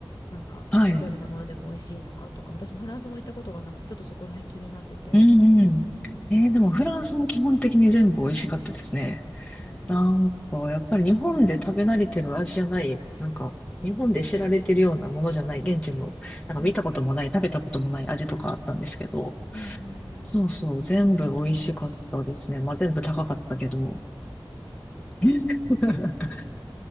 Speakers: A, on the left; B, on the left.
A: なんかカジュアルなものでも美味しいのかとか、
B: はい。
A: 私もフランスも行ったことがなくて、ちょっとそこら辺気になってて。
B: うんうん。えー、でも、フランスも基本的に全部美味しかったですね。
A: おー
B: なんか、やっぱり日本で食べ慣れてる味じゃない、なんか、
A: うん、
B: 日本で知られてるようなものじゃない、現地の、なんか見たこともない、
A: うんうん、
B: 食べたこともない味とかあったんですけど、
A: うんうんうん。
B: そうそう、全部美味しかったですね。まあ、全部高かったけど。<laughs>